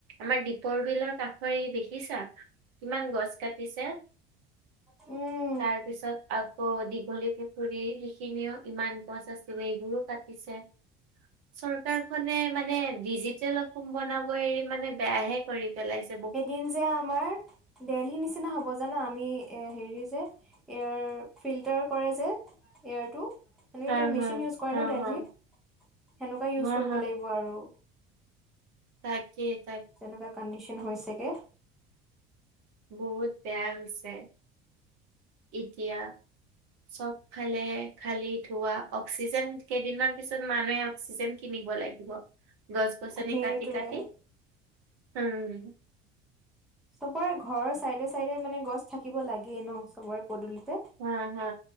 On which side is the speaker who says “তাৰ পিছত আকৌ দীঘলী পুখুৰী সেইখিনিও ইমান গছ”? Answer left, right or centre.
Right